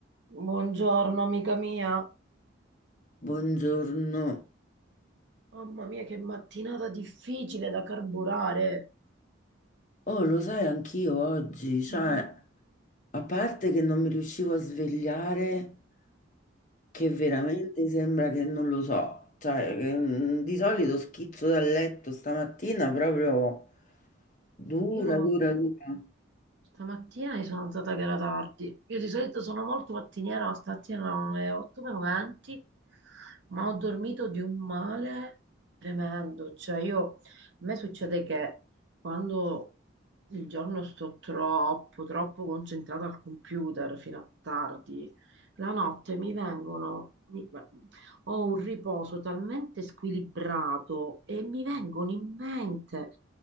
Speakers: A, on the right (about 60°); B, on the left (about 40°).
A: Buongiorno amica mia,
B: Buongiorno.
A: mamma mia che mattinata difficile da carburare.
B: Oh, lo sai, anch'io oggi, cioè,
A: Ma-
B: a parte che non mi riuscivo a svegliare, che veramente sembra che non lo so, cioè, che, mm, di solito schizzo dal letto stamattina proprio dura,
A: Io
B: dura, dura.
A: stamattina mi sono alzata che era tardi. Io di solito sono molto mattiniera, ma stamattina erano le 8 meno 20, ma ho dormito di un male tremendo. Cioè io, a me succede che quando il giorno sto troppo, troppo concentrata al computer fino a tardi, la notte mi vengono, mi- ho un riposo talmente squilibrato e mi vengono in mente,